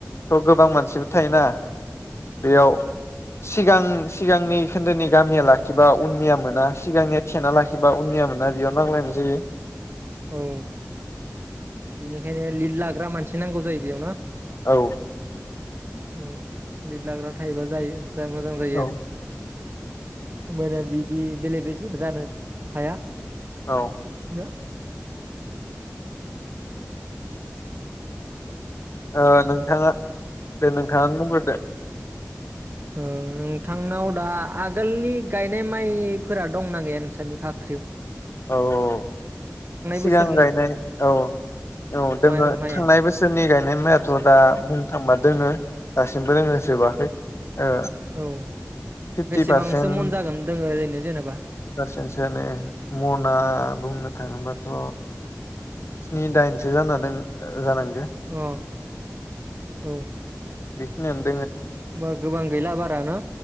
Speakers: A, on the left; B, on the right.
A: थ' गोबां मानसिबो थायोना बेयाव
B: औ
A: सिगां सिगांनि खोन्दोनि गामिया लाखिबा उननिया मोना सिगांनिया थिखोना लाखिबा उननिया मोना बेयाव नांलायनाय जायो।
B: औ बिनिखायनो लिड लाग्रा मानसि नांगौ जायो बेयावनो ना?
A: औ
B: औ लिदलाग्रा थायोबा जायो। जा मोजां जायो
A: औ
B: आरो होनबानिया बिदि बेले बेजे जानो हाया।
A: औ
B: ना
A: ओ नोंथाङा दे नोंथाङानो बुंग्रोदो
B: औ नोंथांनाव दा आगोलनि गायनाय माइ फोरा दंना गैया नोंसानि भाख्रियाव?
A: औ औ सिगां
B: बोसोरनि
A: गायनाय औ औ दोङो
B: माइ माइआ
A: थांनाय बोसोरनि गा मायाथ' दा बुंनो थांबा दोङो दासिमबो दोङो जोबाखै ओ
B: औ
A: फिफ्टि
B: बेसेबांसो
A: पारसेन्थ
B: मन जागोन दोङो ओरैनो जेनेबा
A: पारसेन्टसोआनो मना बुंनो थाङोबाथ' स्नि दाइनसो जाना दों जागोन।
B: अ औ
A: बेखिनानो
B: होमबा गोबां गैला बारा ना?